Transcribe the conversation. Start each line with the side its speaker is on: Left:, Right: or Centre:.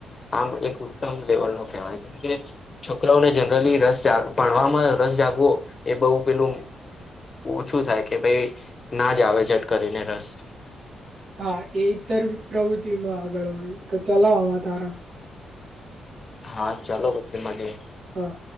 Left: આમ એક ઉત્તમ લેવલ નો કહેવાય છે કે છોકરાઓને જનરલી રસ જાગ ભણવામાં રસ જાગવો એ બોવ પેલું ઓછું થાય કે ભાઈ ના જ આવે ઝટ કરીને રસ
Right: હા એ ઈતર પ્રવૃત્તિમાં આગળ હોય તો ચલો હવા તારા
Left: હા ચાલો પછી મળીએ.
Right: હા.